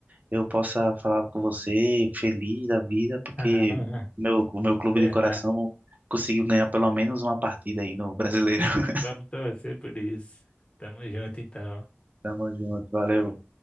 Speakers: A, on the right; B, on the left.
A: eu possa falar com você feliz da vida, porque
B: <laughs>
A: meu, o meu clube
B: Verdade.
A: de coração conseguiu ganhar pelo menos uma partida aí no Brasileiro. <laughs>
B: Vamos torcer por isso. Tamo junto então.
A: Tamo junto, valeu.